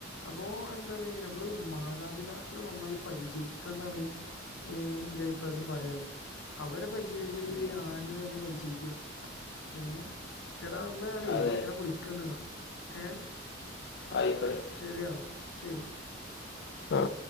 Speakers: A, on the left; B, on the left.
A: അപ്പോ എന്താണ് നമ്മള് മാതാ മാതാപതാക്കളെ നന്നായി പരിചരിക്കണം ന്നാണ് എന്റെ അഭിപ്രായത്തിൽ പറയാൻള്ളത് അവരെ പരിചയിച്ച കഴി
B: ഉം.
A: പിന്നെ ആരെ നമ്മള് പരിചയിക്ക്യ ഏഹ് എടാ ന്നാളെ
B: അതെ
A: ഞാൻ വിളിക്കണ്ടന്നാ ഏഹ്
B: ആയിക്കോട്ടെ
A: ശരിയാ ശരി
B: ആ